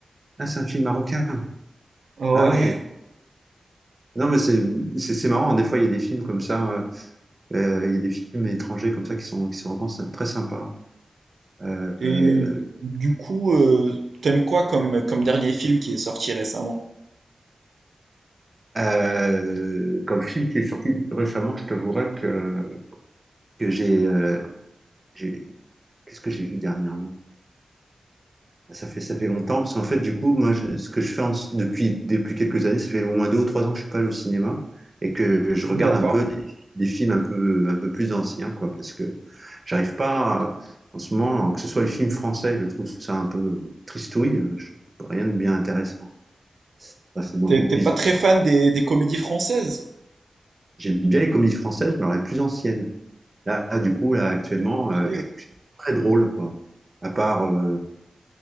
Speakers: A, on the right; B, on the right.
A: Ah, c'est un film marocain.
B: Ouais.
A: Ah ouais. Non, mais c'est c'est- c'est marrant. Des fois, il y a des films comme ça. euh, Euh, Il y a des films étrangers comme ça qui sont, qui sont vraiment sy- très sympas. Euh,
B: Et
A: euh,
B: du coup, euh, t'aimes quoi comme, comme dernier film qui est sorti récemment?
A: euh, comme film qui est sorti récemment, je t'avouerai que, que j'ai, euh, j'ai- qu'est-ce que j'ai vu dernièrement? Ah, Ça fait, ça fait longtemps, parce qu'en fait, du coup, moi, je- ce que je fais en- depuis, depuis quelques années, ça fait au moins deux ou trois ans que je suis pas allé au cinéma et que je regarde
B: D'accord.
A: un peu des, des films un peu, un peu plus anciens, quoi, parce que j'arrive pas, à- en ce moment, que ce soit les films français, je trouve ça un peu tristouille, je trouve rien de bien intéressant. Enfin, c'est le moins
B: T'es
A: qu'on
B: t'es
A: puisse
B: pas
A: dire.
B: très fan des, des comédies françaises?
A: J'aime bien les comédies françaises, mais alors les plus anciennes. Là, du coup, là, actuellement,
B: Ok.
A: euh, je je suis très drôle, quoi. À part, euh,